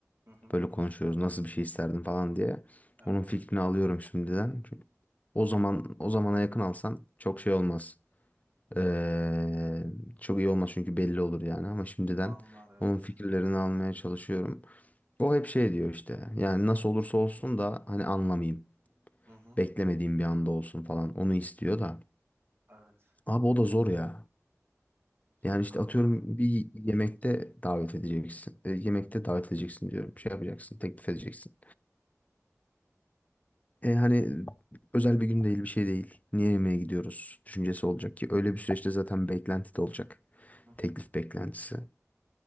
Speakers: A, on the right (about 50°); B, on the left (about 30°).
A: Hı hı.
B: böyle konuşuyoruz. Nasıl bir şey isterdim falan diye.
A: Evet.
B: Onun fikrini alıyorum şimdiden. Çünkü o zaman o zamana yakın alsan çok şey olmaz. Ee, çok iyi olmaz çünkü belli olur yani ama şimdiden
A: Anlar evet.
B: onun fikirlerini almaya çalışıyorum. O hep şey diyor işte. Yani nasıl olursa olsun da hani anlamayayım.
A: Hı hı.
B: Beklemediğim bir anda olsun falan. Onu istiyor da.
A: Evet.
B: Abi o da zor ya. Yani
A: Zor
B: işte
A: kanka.
B: atıyorum bir yemekte davet edeceksin. E, yemekte davet edeceksin diyorum. Şey yapacaksın, teklif edeceksin. E, hani özel bir gün değil, bir şey değil. Niye yemeğe gidiyoruz düşüncesi olacak ki. Öyle bir süreçte zaten beklenti de olacak.
A: Hı
B: Teklif
A: hı.
B: beklentisi.